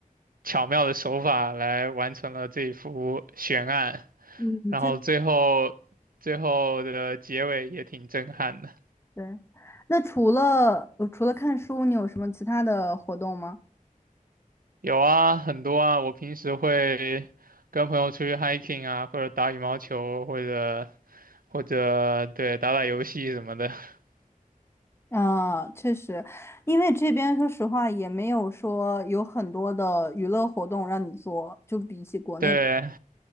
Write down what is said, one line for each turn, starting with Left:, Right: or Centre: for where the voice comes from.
Right: 巧妙的手法来完成了这一幅悬案，
Left: 嗯，
Right: 然后最后最后的结尾也挺震撼的。
Left: 确实。对，那除了呃除了看书，你有什么其他的活动吗？
Right: 有啊，很多啊，我平时会跟朋友出去 hiking 啊，或者打羽毛球，或者或者对打打游戏什么的。<laughs>
Left: 啊，确实，因为这边说实话也没有说有很多的娱乐活动让你做，就比起国内，
Right: 对，